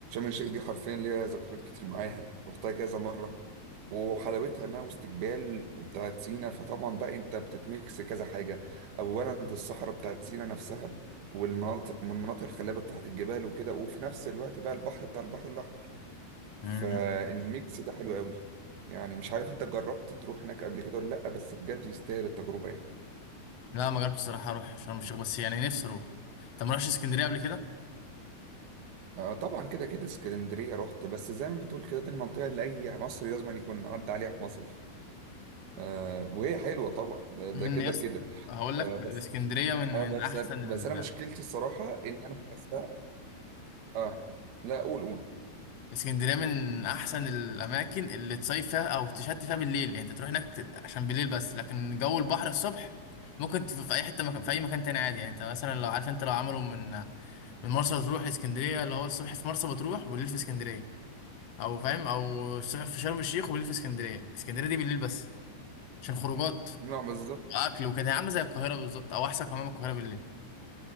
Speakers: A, on the right; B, on the left.
A: الشيخ دي حرفيا ليها ذكريات كتير معاها رحتها كذا مره وحلاوتها انها وسط جبال وبتاعت سينا فطبعا بقى انت بتتميكس كذا حاجه اولا الصحراء بتاعت سينا نفسها والمناطق من المناطق الخلابه بتاعت الجبال وكده وفي نفس الوقت بقى البحر بتاع البحر الاحمر فالميكس
B: مم.
A: ده حلو قوي يعني مش عارف انت جربت تروح هناك قبل كده ولا لا بس بجد يستاهل التجربة يعني
B: لا ما جربتش الصراحه اروح شرم الشيخ بس يعني نفسي اروح طب ما رحتش اسكندريه قبل كده
A: آه طبعا كده كده اسكندرية رحت بس زي ما بتقول كده دي المنطقة اللي أي مصري لازم يكون عدى عليها في مصيف آه وهي حلوة طبعا ده ده
B: من
A: كده
B: يس
A: كده
B: هقول لك
A: آه
B: اسكندريه
A: بس
B: من
A: اه بس
B: من احسن
A: أنا
B: ال...
A: بس أنا مشكلتي الصراحة إن أنا بحسها اه لا قول قول
B: اسكندريه من احسن الاماكن اللي تصيف فيها او تشتي فيها بالليل يعني انت تروح هناك ت- عشان بالليل بس لكن جو البحر الصبح ممكن تف- في اي حته مكان في اي مكان تاني عادي يعني انت مثلا لو عارف انت لو عملوا من من مرسى مطروح لاسكندريه اللي هو الصبح في مرسى مطروح وبالليل في اسكندريه او فاهم او الصبح في شرم الشيخ وبالليل في اسكندريه اسكندريه دي بالليل بس عشان خروجات
A: نعم بالظبط
B: واكل وكده هي عامله زي القاهره بالظبط او احسن كمان من القاهره بالليل